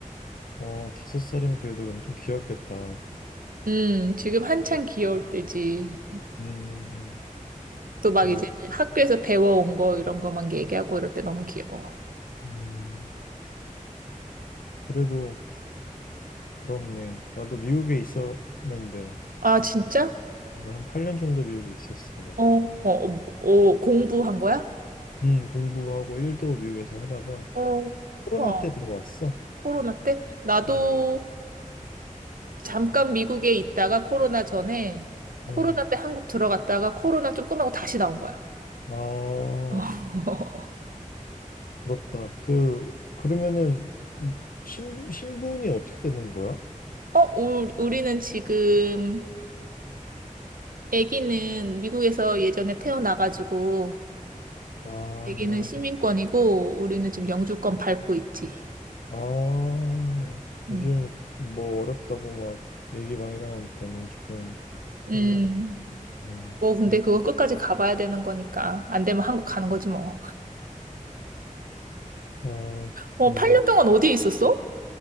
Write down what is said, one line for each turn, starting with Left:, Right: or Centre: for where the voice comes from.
Left: 어, 다섯 살이면 그래도 엄청 귀엽겠다.
Right: 음, 지금 한창 귀여울 때지.
Left: 음,
Right: 또 막
Left: 어,
Right: 이제 학교에서 배워온 거 이런 거만 얘기하고 이럴 때 너무 귀여워.
Left: 음, 그래도 부럽네. 나도 미국에 있었는데,
Right: 아, 진짜?
Left: 어, 한 8년 정도 미국에 있었어, 나도.
Right: 어, 어, 어, 어, 공부한 거야?
Left: 음, 공부하고 일도 미국에서 하다가
Right: 어,
Left: 코로나
Right: 와,
Left: 때 들어왔어.
Right: 코로나 때? 나도
Left: 음,
Right: 잠깐 미국에 있다가 코로나 전에 코로나
Left: 음.
Right: 때 한국 들어갔다가 코로나 좀 끝나고 다시 나온 거야.
Left: 아,
Right: <laughs>
Left: 부럽다. 그, 그러면은 음, 신, 신분이 어떻게 되는 거야?
Right: 어, 우- 우리는 지금 아기는 미국에서 예전에 태어나가지고
Left: 아,
Right: 아기는 시민권이고 우리는 지금 영주권 밟고 있지.
Left: 아,
Right: 음.
Left: 요즘 뭐 어렵다고 막 얘기 많이 나오니까 영주권
Right: 음.
Left: 따는 거. 음,
Right: 뭐 근데
Left: 음.
Right: 그거 끝까지 가봐야 되는 거니까 안 되면 한국 가는 거지 뭐.
Left: 어,
Right: 어,
Left: 뭐,
Right: 8년 동안 어디에 있었어?